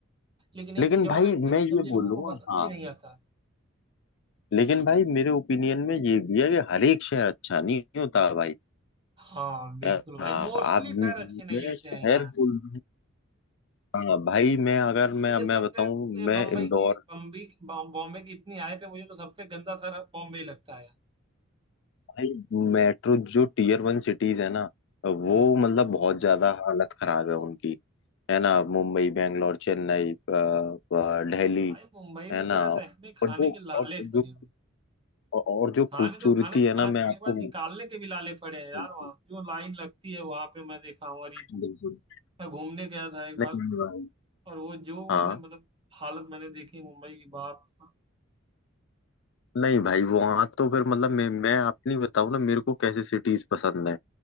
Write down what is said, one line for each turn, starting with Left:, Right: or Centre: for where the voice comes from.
Right: लेकिन एक
Left: लेकिन
Right: चीज
Left: भाई
Right: और है शहर
Left: मैं ये
Right: जल्दी
Left: बोलूंगा
Right: लोगों को पसंद
Left: हाँ
Right: भी नहीं आता
Left: लेकिन भाई मेरे ओपिनियन में ये भी है कि हर एक शहर अच्छा नहीं होता भाई
Right: हाँ बिल्कुल
Left: हाँ
Right: भाई मोस्टली
Left: आप
Right: शहर
Left: मैं
Right: अच्छे नहीं होते
Left: शहर
Right: हैं यार
Left: बोल हाँ भाई मैं अगर
Right: तो मुझे
Left: मैं मैं
Right: सबसे
Left: बताऊं
Right: ये
Left: मैं
Right: बम्बई
Left: इंदौर
Right: की बम्बई बॉम- बॉम्बे की इतनी आय पे मुझे तो सबसे गंदा शहर बॉम्बे लगता है
Left: भाई मेट्रो जो टीयर वन सिटीज है ना वो
Right: हम्म
Left: मतलब बहुत ज्यादा हालत खराब है उनकी है ना मुंबई बैंगलोर चेन्नई अ, अ, दिल्ली
Right: भाई मुंबई
Left: है
Right: में तो
Left: ना
Right: यार
Left: और
Right: रहने खाने
Left: जो
Right: के लाले
Left: और जो
Right: पड़े हुए हैं
Left: और जो
Right: खाने
Left: खूबसूरती
Right: तो खाना खाना
Left: है ना
Right: खाने
Left: मैं आपको
Right: के बाद
Left: <laughs>
Right: निकालने के भी लाले पड़े हैं यार
Left: बिल्कुल
Right: वहाँ जो लाइन लगती है वहां पे मैं देखा हूँ अरे
Left: बिल्कुल
Right: मैं घूमने गया था एक बार
Left: नहीं भाई
Right: और वो जो
Left: हाँ
Right: मैंने मतलब हालत मैंने देखी मुंबई की बाप रे बाप।
Left: नहीं भाई वहां तो फिर मतलब मैं मैं अपनी बताऊं ना मेरे को कैसे सिटीज पसंद है